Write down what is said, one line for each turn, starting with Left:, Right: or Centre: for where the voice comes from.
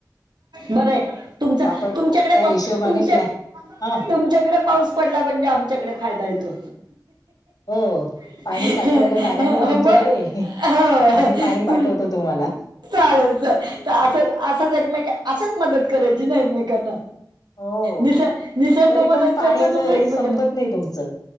Right: बरं ये तुमचा
Left: त्या आपण
Right: तुमच्याकडे
Left: त्या
Right: पा
Left: हिशोबाने
Right: तुमच्या
Left: प्लॅ हा
Right: तुमच्याकडे पाऊस पडला म्हणजे आमच्याकडे फायदा येतो
Left: हो
Right: हो
Left: पाणी साठवायला जागा नाही तुमच्याकडे
Right: मग हो
Left: आम्ही पाणी
Right: तुम
Left: पाठवतो तुम्हाला
Right: चालेल चल त अस असंच एकमेक असंच मदत करायची ना एकमेकांना
Left: हो
Right: निस निसर्ग
Left: तरी
Right: मदत
Left: पण पाण्याचं
Right: करतोय तुम्ही
Left: हे संपत नाही तुमचं